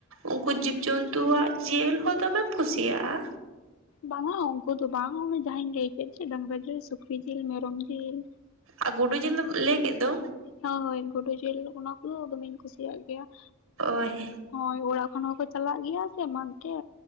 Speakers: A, on the right; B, on the left.
A: ᱩᱱᱠᱩ ᱡᱤᱵᱽᱡᱚᱱᱛᱩᱣᱟᱜ ᱡᱮᱞ ᱦᱚᱸ ᱫᱚᱢᱮᱢ ᱠᱩᱥᱤᱭᱟᱜᱼᱟ?
B: ᱵᱟᱝᱟ ᱩᱱᱠᱩ ᱫᱚ ᱵᱟᱝ, ᱚᱱᱮ ᱡᱟᱦᱟᱸᱧ ᱞᱟᱹᱭ ᱠᱮᱫ ᱡᱮ ᱰᱟᱝᱨᱟ ᱡᱤᱞ, ᱥᱩᱠᱨᱤ ᱡᱤᱞ, ᱢᱮᱨᱚᱢ ᱡᱤᱞ
A: ᱟᱨ ᱜᱩᱰᱩ ᱧᱤᱞ ᱫᱚᱢ ᱞᱟᱹᱭ ᱠᱮᱫ ᱫᱚ᱾
B: ᱦᱚᱸ ᱦᱳᱭ ᱜᱩᱰᱩ ᱡᱤᱞ ᱚᱱᱟ ᱠᱚᱫᱚ ᱫᱚᱢᱮᱧ ᱠᱩᱥᱤᱭᱟᱜ ᱜᱮᱭᱟ ᱾
A: ᱦᱳᱭ ᱾
B: ᱦᱳᱭ ᱚᱲᱟᱜ ᱠᱷᱚᱱ ᱦᱚᱸᱠᱚ ᱪᱟᱞᱟᱜ ᱜᱮᱭᱟ, ᱥᱮ ᱮᱢᱟᱱ ᱛᱮ